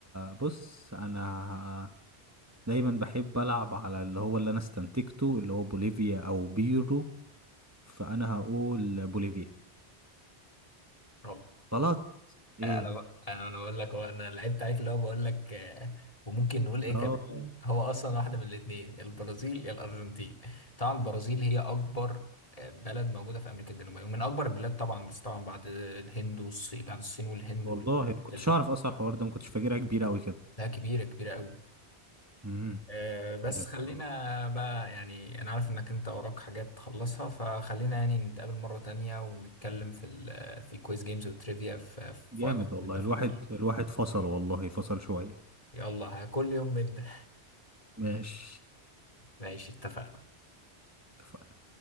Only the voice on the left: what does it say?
لا،
انا ب... انا أنا بقول لك هو انا لعبت عليك اللي هو بقول لك آه، وممكن نقول ايه
كمان هو اصلا واحده من الاثنين البرازيل يا الارجنتين طبعا البرازيل هي اكبر آه، بلد موجوده في امريكا الجنوبيه ومن اكبر البلاد طبعا بس طبعا بعد الهند والصين بعد الصين والهند
والحتت
دي
لا كبيره كبيره قوي
آه، بس
خلينا
بقى يعني انا عارف انك انت وراك حاجات تخلصها فخلينا يعني نتقابل مره تانية ونتكلم في ال في الكويز جيمز والتريفيا في في
وقت تكون
انت فاضي
فيه
يلا كل يوم من ده
ماشي اتفقنا